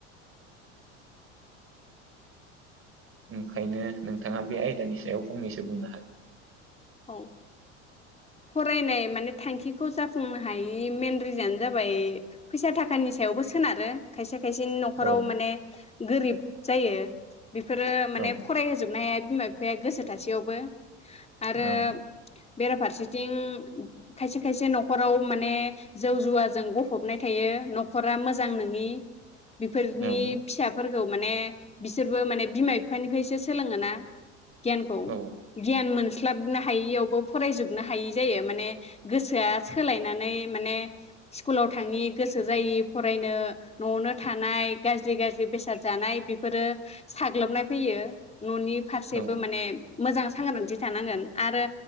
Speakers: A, on the right; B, on the left.
A: ओंखायनो नोंथाङा बे आयदानि सायाव फंनैसो बुंनो हागोन
B: औ फरायनाय माने थांखिखौ जाफुंनो हायि मेन रिजनानो जाबाय फैसा थाखानि सायावबो सोनारो खायसे खायसेनि नखराव
A: औ
B: माने गोरिब जायो बेफोरो माने
A: औ
B: फरायहोजोबनो हाया बिमा बिफाया गोसो थासेयावबो आरो
A: औ
B: बेराफारसेथिं खायसे खायसे नखराव माने जौ जुवाजों गफबना थायो नखरा मोजां नङि बेफोरनि
A: औ
B: फिसाफोरखौ माने बिसोरबो माने बिमा बिफानिफ्रायसो सोलोङोना गियानखौ
A: औ
B: गियान मोनस्ला हायियावबो फरायजोबनो हायि जायो माने गोसोआ सोलायनानै माने स्कुलाव थाङि गोसो जायि फरायनो नआवनो थानाय गाज्रि गाज्रि बेसाद जानाय बेफोरो साग्लोबनाय फैयो ननि फारसेबो
A: औ
B: माने मोजां सांग्रांथि थानांगोन आरो